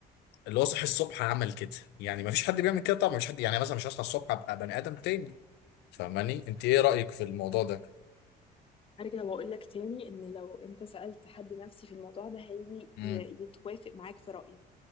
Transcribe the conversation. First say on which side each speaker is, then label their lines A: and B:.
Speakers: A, on the left; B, on the left.
A: اللي هو صحي الصبح عمل كده يعني ما فيش حد بيعمل كده طبعا مش حد يعني مثلا مش هصحى الصبح ابقى بني ادم تاني فاهماني انت ايه رايك في الموضوع ده
B: ارجع واقول لك تاني ان لو انت سالت حد نفسي في الموضوع ده هيجي
A: امم
B: ي- يتوافق معاك في رايك